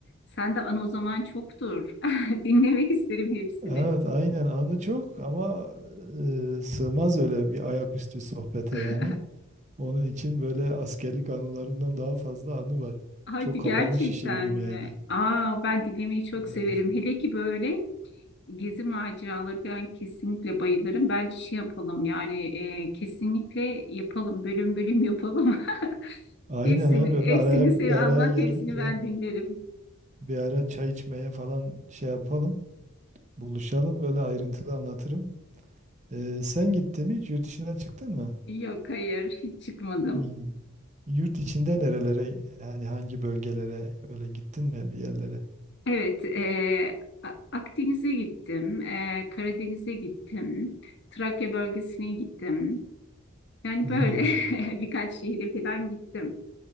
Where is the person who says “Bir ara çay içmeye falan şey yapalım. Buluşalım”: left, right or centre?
Right